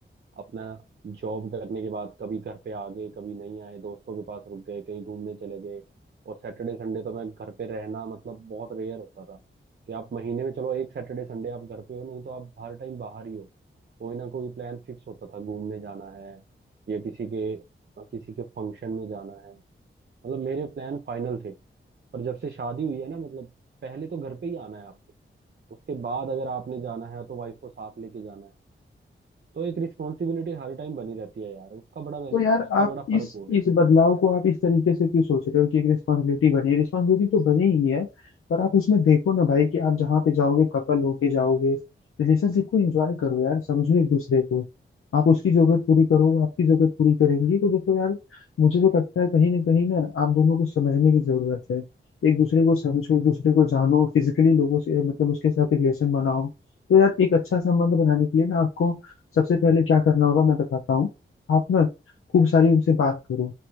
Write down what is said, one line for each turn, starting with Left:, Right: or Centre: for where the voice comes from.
Right: अपना जॉब करने के बाद कभी घर पे आ गए कभी नहीं आए दोस्तों के पास रुक गए कहीं घूमने चले गए और सैटरडे संडे तो मैं घर पे रहना मतलब बहुत रेयर होता था कि आप महीने में चलो एक सैटरडे संडे आप घर पे हो नहीं तो आप हर टाइम बाहर ही हो कोई ना कोई प्लान फिक्स होता था घूमने जाना है या किसी के किसी के फंक्शन में जाना है मतलब मेरे प्लान फाइनल थे पर जब से शादी हुई है ना मतलब पहले तो घर पे ही आना है आपको उसके बाद अगर आपने जाना है तो वाइफ को साथ लेके जाना है तो एक रिस्पॉन्सिबिलिटी हर टाइम बनी रहती है यार उसका बड़ा बेनि-
Left: तो यार
Right: उसका
Left: आप
Right: बड़ा फर्क
Left: इस
Right: हो गया
Left: इस
Right: है
Left: बदलाव को आप इस तरीके से क्यों सोच रहे हो कि एक रिस्पॉन्सिबिलिटी बनी है रिस्पॉन्सिबिलिटी तो बनी ही है पर आप उसमें देखो ना भाई कि आप जहाँ पे जाओगे कपल होके जाओगे रिलेशनशिप को एंजॉय करो यार समझो एक दूसरे को आप उसकी जरूरत पूरी करो वो आपकी जरूरत पूरी करेंगी तो देखो यार मुझे तो लगता है कहीं ना कहीं ना आप दोनों को समझने की जरूरत है एक दूसरे को समझो एक दूसरे को जानो फिजिकली लोगों से मतलब उसके साथ रिलेशन बनाओ तो यार एक अच्छा संबंध बनाने के लिए ना आपको सबसे पहले क्या करना होगा मैं बताता हूँ आप ना खूब सारी उनसे बात करो